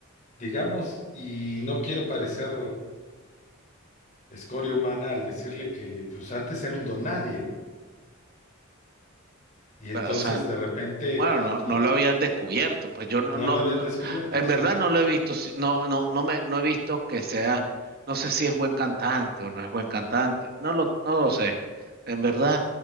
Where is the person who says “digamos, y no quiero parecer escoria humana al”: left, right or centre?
Left